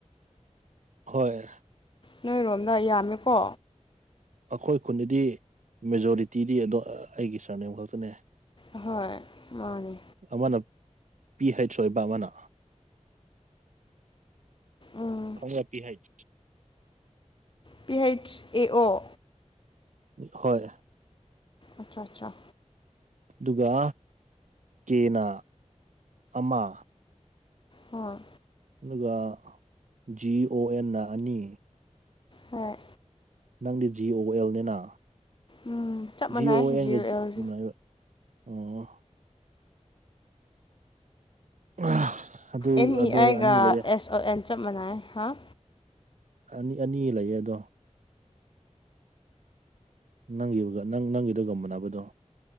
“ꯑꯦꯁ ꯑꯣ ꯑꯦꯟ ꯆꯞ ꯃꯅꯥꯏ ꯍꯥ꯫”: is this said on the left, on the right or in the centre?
Left